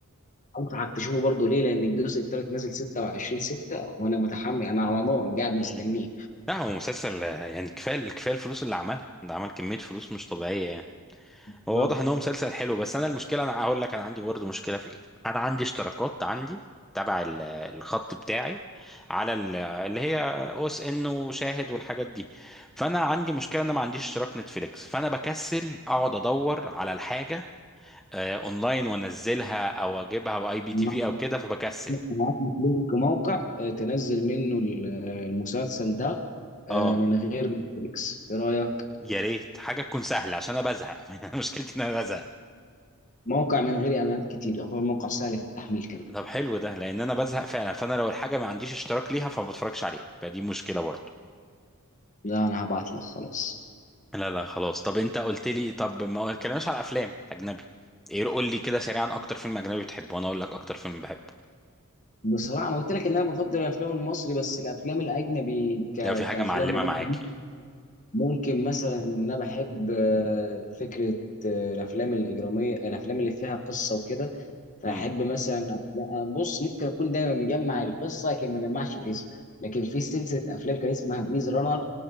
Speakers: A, on the left (about 35°); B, in the centre.
A: انصحك تشوفه برضه ليه لان الجزء الثالث نازل 26 6 وانا متحمل انا على نار قاعد مستنيه
B: مم. لا هو مسلسل آه، يعني كفايه كفايه الفلوس اللي عملها ده عمل كميه فلوس مش طبيعيه يعني
A: بالظبط
B: هو واضح ان هو مسلسل حلو بس انا المشكله انا هقول لك انا عندي برضه مشكله في ايه انا عندي اشتراكات عندي تبع ال- الخط بتاعي على ال- اللي هي او اس ان وشاهد والحاجات دي فانا عندي مشكله ان انا ما عنديش اشتراك نتفليكس فانا بكسل اقعد ادور على الحاجه آه، اونلاين وانزلها او اجيبها باي بي تي
A: أنا
B: في او كده فبكسل
A: هبعت لك لينك موقع آه، تنزل منه ال- آه، المسلسل ده آه،
B: اه
A: من غير نتفليكس ايه رايك
B: يا ريت حاجه تكون سهله عشان انا بزهق <laughs> مشكلتي ان انا بزهق
A: موقع من غير اعلانات كتير يعتبر موقع سهل في التحميل كمان
B: طب حلو ده لان انا بزهق فعلا فانا لو الحاجه ما عنديش اشتراك ليها فما بتفرجش عليها فدي مشكله برضه
A: لا انا هبعت لك خلاص
B: لا لا خلاص طب انت قلت لي طب ما اتكلمناش على افلام اجنبي ايه قول لي كده سريعا اكتر فيلم اجنبي بتحبه وانا اقول لك اكتر فيلم بحبه
A: بصراحه انا قلت لك ان انا بفضل الافلام المصري بس الافلام الاجنبي ك...
B: لو في حاجه
A: كافلام
B: معلمه
A: ممثل
B: معاك يعني
A: ممكن مثلا ان انا بحب آه، فكره آه، الافلام الاجراميه الافلام اللي فيها قصه وكده فاحب
B: امم
A: مثلا لا، بص ممكن اكون دايما مجمع القصه لكن ما جمعش الاسم لكن في سلسله افلام كان اسمها ميز رانر